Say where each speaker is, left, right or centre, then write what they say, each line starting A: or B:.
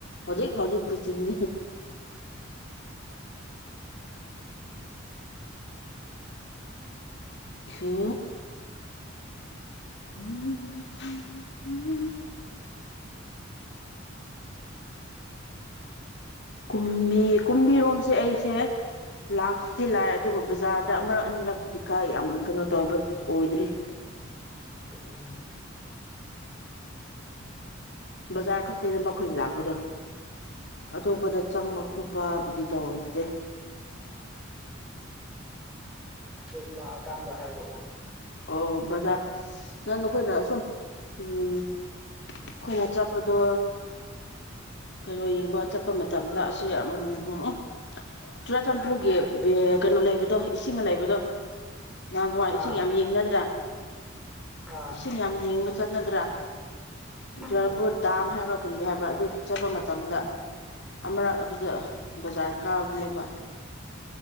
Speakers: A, on the left (about 60°); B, in the centre.
A: ꯍꯧꯖꯤꯛ ꯍꯧꯖꯤꯛꯛꯇꯤ ꯆꯤꯡꯅꯤ ꯈ ꯎ ꯀꯨꯝꯕꯤ ꯀꯨꯝꯕꯤꯔꯣꯝꯁꯦ ꯑꯩꯁꯦ ꯂꯥꯛꯇꯤ ꯂꯥꯛꯑꯦ ꯑꯗꯨꯕꯨ ꯕꯖꯥꯔꯗ ꯑꯃꯛ ꯑꯅꯤꯔꯛꯄꯗꯤ ꯀꯥꯏ ꯌꯥꯝ ꯀꯩꯅꯣ ꯇꯧꯕ ꯑꯣꯏꯗ꯭ꯔꯤ
B: ꯎꯝ
A: ꯕꯖꯥꯔ ꯈꯛꯇꯤꯅꯦꯕ ꯑꯩꯈꯣꯏꯅ ꯂꯥꯛꯄꯗꯣ ꯑꯇꯣꯞꯄꯗ
B: ꯑꯥ
A: ꯆꯪꯕ ꯈꯣꯠꯄꯕꯨꯗꯤ ꯇꯧꯔꯛꯇ‌ꯦ
B: ꯗ‌ꯣ ꯂꯥꯛꯑꯀꯟꯗ ꯍꯥꯏꯔꯛꯑꯣ
A: ꯑꯣ ꯕꯖꯥꯔ ꯅꯪ ꯅꯈꯣꯏꯅ ꯁꯨꯝ ꯎꯝ ꯑꯩꯈꯣꯏꯅ ꯆꯠꯄꯗꯣ ꯀꯩꯅꯣ ꯌꯦꯡꯕ ꯆꯠꯄ ꯃꯇꯝꯗ ꯑꯁꯤ ꯎꯝ ꯆꯨꯔꯆꯥꯟꯄꯨꯔꯒꯤ ꯀꯩꯅꯣ ꯂꯩꯕꯗꯣ ꯏꯁꯤꯡ ꯂꯩꯕꯗꯣ ꯅꯍꯥꯟ ꯋꯥꯏ ꯏꯁꯤꯡ
B: ꯑꯥ
A: ꯌꯥꯝ ꯌꯦꯡꯅꯗ꯭ꯔꯥ
B: ꯑꯥ
A: ꯏꯁꯤꯡ ꯌꯥꯝ ꯌꯦꯡꯕ ꯆꯠꯅꯗ꯭ꯔꯥ ꯆꯨꯔꯆꯝꯄꯨꯔ
B: ꯑꯥ
A: ꯗꯥꯝ ꯍꯥꯏꯕ꯭ꯔꯥ ꯀꯔꯤ ꯍꯥꯏꯕ꯭ꯔꯥ ꯑꯗꯨ ꯆꯠꯄ ꯃꯇꯝꯗ ꯑꯃꯨꯔꯛ ꯑꯗꯨꯗ ꯕꯖꯥꯔ ꯀꯥꯕꯅꯦꯕ